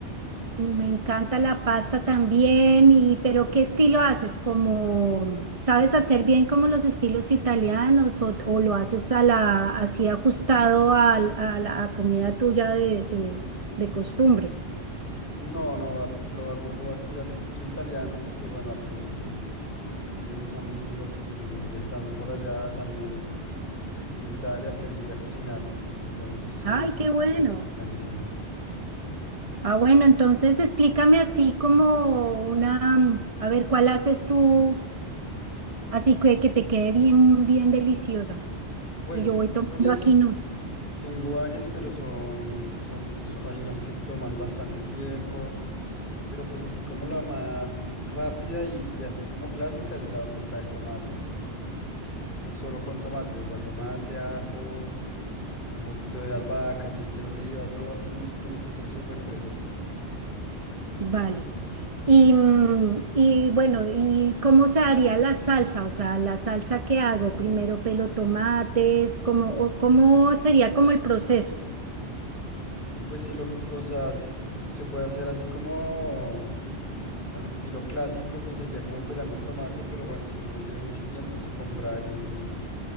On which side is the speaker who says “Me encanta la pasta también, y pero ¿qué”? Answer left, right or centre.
Right